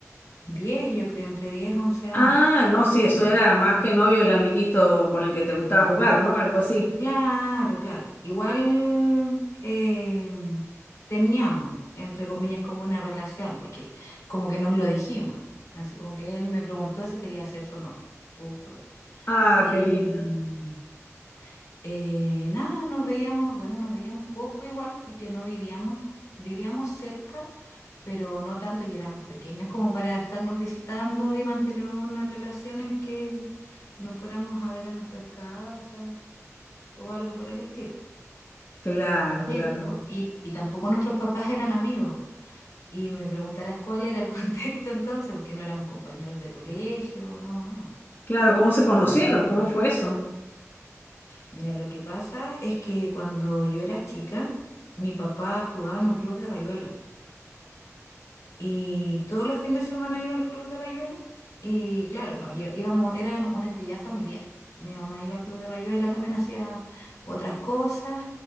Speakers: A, on the left (about 85°); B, on the left (about 40°).
A: 10, yo creo, entre 10 y 11 años.
B: Ah, no, sí, eso era más que novio, el amiguito con el que te gustaba jugar, ¿no? Algo así.
A: Claro, claro. Igual em, teníamos, entre comillas, como una relación, porque como que nos lo dijimos. Así como que él me preguntó si quería ser su novia, su polola.
B: Ah,
A: Y
B: qué lindo.
A: eh, nada, nos veíamos, bueno, nos veíamos poco igual porque no vivíamos, vivíamos cerca, pero no tanto y éramos pequeños como para estarnos visitando y mantener una relación en que nos fuéramos a ver a nuestras casas o algo por el estilo.
B: Claro,
A: Pero,
B: claro.
A: y, y tampoco nuestros papás eran amigos. Y me preguntarás cuál era el <laughs> contexto entonces, porque no éramos compañeros de colegio, no, nada.
B: Claro, ¿cómo se conocieron? ¿Cómo fue eso?
A: Mira, lo que pasa es que cuando yo era chica, mi papá jugaba en un club de rayuela. Y todos los fines de semana iba al Club de Rayuela y claro, nos lle- íbamos, era una actividad familiar. Mi mamá iba al Club de Rayuela, también hacía otras cosas